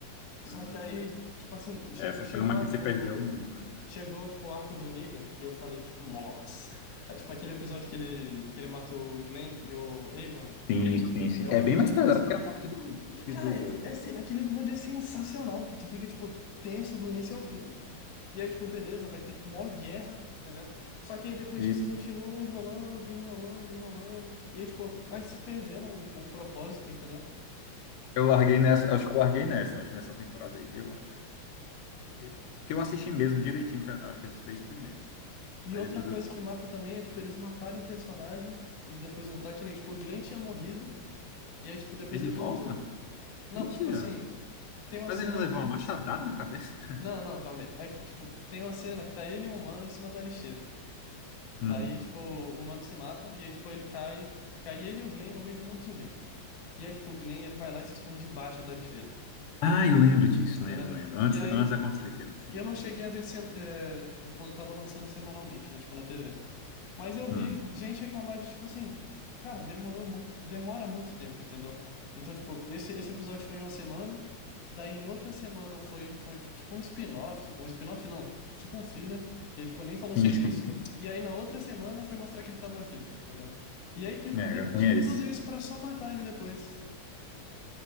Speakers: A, on the left; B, on the left.
A: Só
B: Hum,
A: que aí, tipo assim, che
B: essa
A: chegou
B: foi uma
A: a-
B: que você
A: o...
B: perdeu muito, né?
A: Chegou, tipo, o arco do Negan e eu falei, tipo, nossa! Ah, Tipo, aquele episódio que ele, que ele mata o Glenn e o Abraham.
B: Sim, sim, sim.
A: É o
B: É bem
A: episódio,
B: mais pesado
A: tipo assim,
B: que a morte do,
A: que,
B: que
A: Cara,
B: do
A: é,
B: Joey,
A: é
B: né?
A: sen- aquele episódio é sensacional, que tu fica, tipo, tenso do início ao fim. E aí, tipo,
B: É.
A: beleza, vai ter mó guerra, tá ligado? Só que aí depois
B: E,
A: disso continua enrolando, enrolando, enrolando. E aí, tipo, vai se perdendo o, o propósito, entendeu?
B: Eu larguei
A: Vai...
B: nessa, acho que eu larguei nessa, acho que nessa temporada aí, eu acho. Eu- Que eu assisti mesmo direitinho, foi, acho que as três primeiras.
A: E
B: Aí
A: outra
B: depois
A: coisa
B: eu...
A: que mata também é, tipo, eles matarem personagem e depois voltar, que nem, tipo, o Glenn tinha morrido, e aí, tipo, depois
B: Ele
A: ele voltou.
B: volta?
A: Não,
B: Mentira.
A: tipo assim, tem uma
B: Mas
A: cena
B: ele não levou
A: que.
B: uma machadada na cabeça? <laughs>
A: Não, não, calma aí. É que, tipo, tem uma cena que tá ele e um humano em cima de uma lixeira. Daí,
B: Hum.
A: tipo, o mano se mata, e aí, tipo, ele cai. Cai ele e o Glenn no meio de um monte de zumbi. E aí, tipo, o Glenn, ele vai lá e se esconde debaixo da lixeira.
B: Ah, eu lembro disso,
A: Você
B: lembro,
A: lembra?
B: lembro. Antes,
A: E aí,
B: antes de acontecer aquilo. Sim,
A: eu
B: sim,
A: não cheguei
B: sim.
A: a
B: sim.
A: ver, se- é, tipo, quando tava lançando semanalmente, né? Tipo, na TV. Mas eu vi
B: Hum.
A: gente reclamar de, tipo assim, cara, demorou muito, demora muito tempo, entendeu? Então, tipo, esse, esse episódio foi em uma semana, daí em outra semana foi, tipo, um ep- tipo, um spin-off, um spin-off não, tipo um filler, e, tipo, nem falou
B: Sim,
A: sobre
B: sim,
A: isso,
B: sim.
A: e aí na outra semana foi mostrar que ele tava vivo, tá ligado? E aí, tipo,
B: É,
A: de-
B: ruim
A: tipo,
B: é esse.
A: tudo isso pra só matar ele depois.